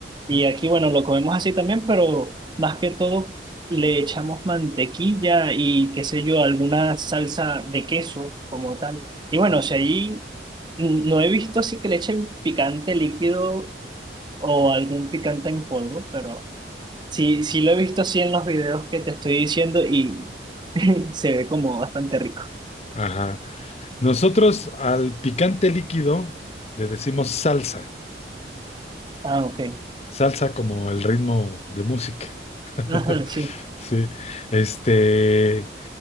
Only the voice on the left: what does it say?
Ajá. Nosotros al picante líquido le decimos salsa,
salsa como el ritmo de música. <laughs>
Sí, este.